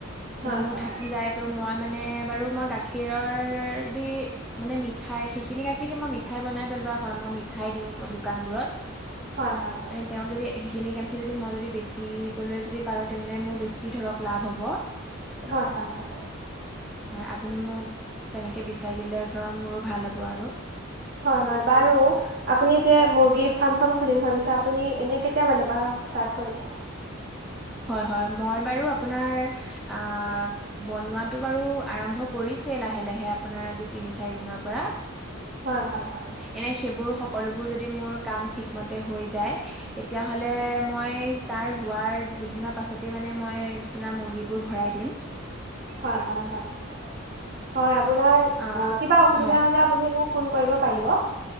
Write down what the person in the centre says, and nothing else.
মানে
মোৰ
থাকি
যায় তো মই মানে বাৰু মই গাখীৰৰ দি মানে মিঠাই সেইখিনি গাখীৰৰে মই মিঠাই বনাই পেলোৱা হয়, মই মিঠাই দিওঁ, মই দু কানবোৰত
মানে তেওঁ যদি এইখিনি গাখীৰ যদি মই যদি বেচিবলৈ যদি পাৰোঁ তেনেহলে মোৰ বেছি ধৰক লাভ হ'ব।
হয় আপুনি মোক তেনেকে বিচাৰি দিলে ধৰক মোৰো ভাল হ'ব আৰু।
হয় হয় মই বাৰু আপোনাৰ আ বনোৱাতো বাৰু আৰম্ভ কৰিছোয়েই লাহে লাহে আপোনাৰ আজি তিনি, চাৰি দিনৰ পৰা।
এনে সেইবোৰ সকলোবোৰ যদি মোৰ কাম ঠিকমতে হৈ যায় তেতিয়াহ'লে মই তাৰ হোৱাৰ দুদিনৰ পাছতেই মানে মই আপোনাৰ মুৰ্গীবোৰ ভৰাই দিম।
অ
হয়